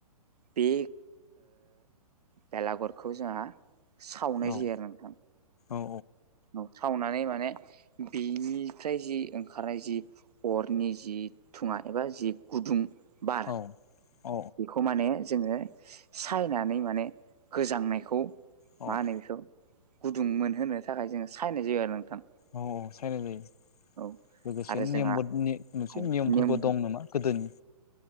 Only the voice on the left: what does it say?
औ
औ
औ औ औ
औ
औ औ साइल जायो
लोगोसे
नियमबो
मोनसे
नियमफोरबो
दं नामा? गोदोनि